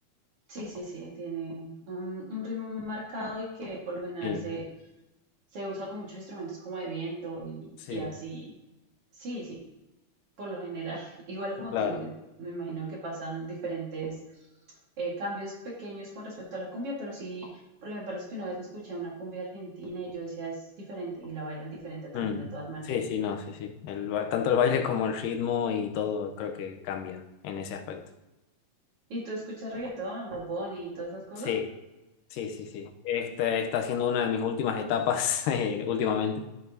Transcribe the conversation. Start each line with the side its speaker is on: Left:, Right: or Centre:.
Right: Sí, sí, sí, tiene un, un ritmo muy marcado y que por lo general
Left: Sí,
Right: se, Se usa con muchos instrumentos como de viento y,
Left: sí,
Right: y así. Sí, sí, por lo general. <laughs> Igual como
Left: claro.
Right: tú, eh, me imagino que pasan diferentes eh, cambios pequeños con respecto a la cumbia, pero sí, porque me parece que una vez escuché una cumbia argentina y yo decía es diferente y la bailan diferente también
Left: Mm.
Right: de todas maneras.
Left: Sí, sí, no, sí, sí. El, ba- tanto el baile como el ritmo y todo creo que cambia en ese aspecto.
Right: ¿Y tú escuchas reggaetón, Bad Bunny y todas esas cosas?
Left: Sí, sí, sí, sí. Esta está siendo una de mis últimas etapas <laughs> eh, últimamente.